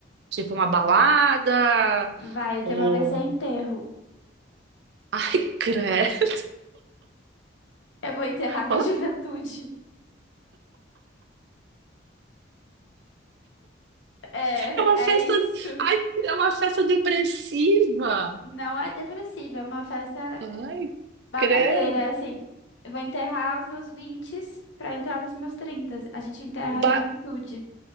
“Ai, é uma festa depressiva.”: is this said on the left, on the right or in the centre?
Right